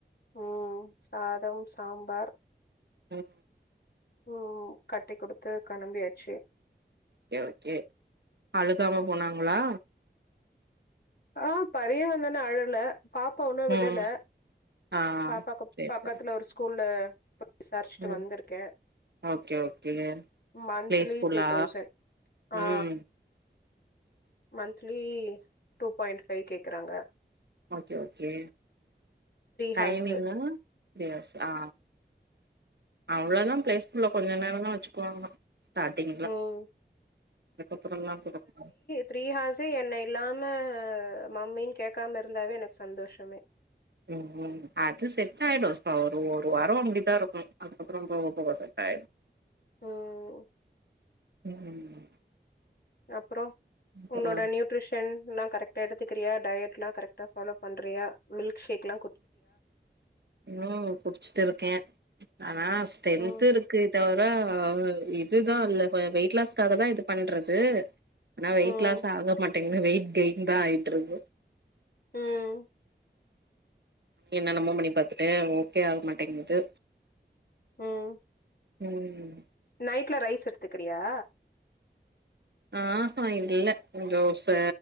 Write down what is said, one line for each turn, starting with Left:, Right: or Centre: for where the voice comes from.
Left: ம் சாதம் சாம்பார்
Right: ம்.
Left: ம் கட்டி குடுத்து களம்பியாச்சு.
Right: கே ஓகே அழுகாம போனாங்களா?
Left: ஆ பரிய வந்து ஒன்னு அழுவ்ல. பாப்பாவ் இன்னு விடல
Right: ம் ஆ
Left: பாப்பாக்கு
Right: சேரி
Left: பக்கத்ல
Right: சேரி
Left: ஒரு ஸ்கூல்ல விசாரிச்ட்டு
Right: ம்
Left: வந்திருக்கே
Right: okay okay
Left: monthly
Right: play ஸ்கூலா
Left: two தௌசண் ஆ
Right: ம்
Left: மன்த்லி டூ பாயிண்ட் ஃபை கேக்கறாங்க.
Right: Okay okay டைமிங்லா
Left: horse.
Right: ப்டியாஸ் ஆ அவ்ளதா பிளே ஸ்கூல்ல கொஞ்ச நேரந்தா வெச்சிக்குவாங்க. ஸ்டாடிங் எல்லா
Left: ம்.
Right: அதுக்கப்புறல்லா கூட <inaudible>
Left: த்ரீ ஹார்ஸு என்ன இல்லாம மம்மின் கேக்காம இருந்தாவே எனக் சந்தோஷமே. <inaudible>
Right: ம் ம் அது செட் ஆய்டு சுமா ஒரு ஒரு வாரோ அப்டிதா இருக்கு அதுகப்புறோ போக போக செட்டாய்டு
Left: ம்
Right: ம்
Left: அப்றோ
Right: அப்புறோ
Left: உன்னோட நியூட்ரிஷ் ஷன்சுலா கரெக்ட்டா எடுத்துக்கிறியா டயட்லா கரெக்ட்டா ஃபாலோ பண்றியா மில்க்க்ஷேக்லா
Right: கன்னு குடிச்சுட் இருக்கே ஆனா ஸ்ட்ரென்த்
Left: ம்.
Right: இருக்கே தவர இதுதா இல்ல ப வெய்ட்லாஸ்காகதா இது பண்றது ஆனா வெயிட்
Left: ம்.
Right: லாஸ் ஆக மாட்டேங்து வெயிட் கெய்ன்தா ஆய்ட்ருக்கு
Left: ம்.
Right: என்னென்னமோ பண்ணி பாத்துட்டே ஓகே ஆக மாட்டேங்குது
Left: ம்
Right: ம்
Left: நைட்ல ரைஸ் எடுத்துக்கிறியா
Right: ஆஹா இல்ல தோச